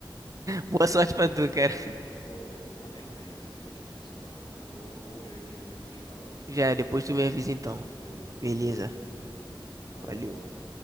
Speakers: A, on the left; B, on the right.
A: Vou
B: Boa
A: até
B: sorte
A: ver,
B: pra tu,
A: mano,
B: cara.
A: porque, pô, vai ser mó resenha se isso daqui funcionar, pô. Vou, vou ver aqui, depois eu te falo.
B: Já, depois tu me avisa então.
A: Firmeza?
B: Beleza,
A: Depois eu te aviso aí. Falou,
B: valeu.
A: mano.